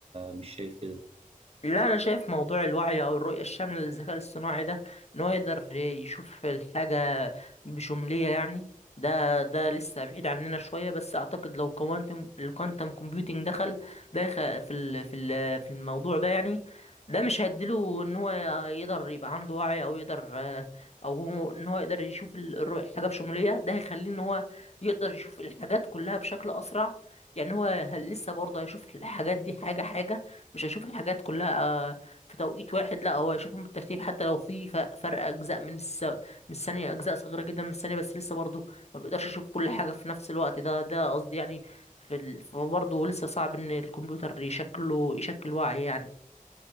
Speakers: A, on the right; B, on the left.
A: مش شايف كده
B: لا انا شايف موضوع الوعي او الرؤيه الشامله للذكاء الاصطناعي ده ان هو يقدر يشوف الحاجه بشموليه يعني ده ده لسه بعيد عننا شويه بس اعتقد لو كوانتم الكوانتم كومبيوتنج دخل ده يخ- في ال- في ال- في الموضوع ده يعني ده مش هيديله ان هو يقدر يبقى عنده وعي او يقدر او هو ان هو يقدر يشوف ال- الرؤيه الحاجه بشموليه ده هيخليه ان هو يقدر يشوف الحاجات كلها بشكل اسرع يعني هو هل- لسه برضه هيشوف الحاجات دي حاجه حاجه مش هيشوف الحاجات كلها آه، في توقيت واحد لا هو هيشوفهم بالترتيب حتى لو في ف- فرق اجزاء من الس... من الثانيه اجزاء صغيره جدا من الثانيه بس لسه برضه ما بيقدرش يشوف كل حاجه في نفس الوقت ده ده قصدي يعني في ال... برضه لسه صعب ان الكمبيوتر يشكله يشكل وعي يعني